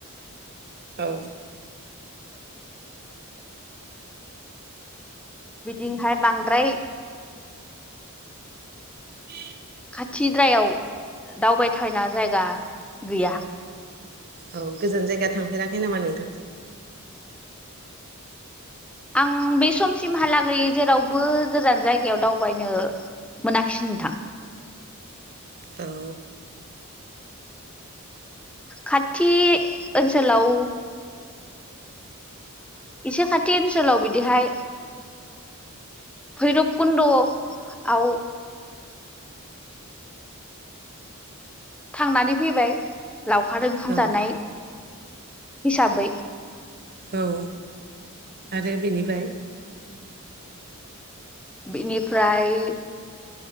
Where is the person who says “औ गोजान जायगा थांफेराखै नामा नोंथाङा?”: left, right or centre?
Right